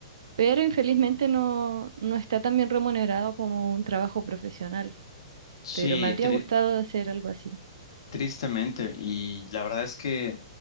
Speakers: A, on the right; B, on the left.
A: pero infelizmente no, no está tan bien remunerado como un trabajo profesional,
B: Sí,
A: pero me habría
B: tri-
A: gustado hacer algo así.
B: Tristemente, y la verdad es que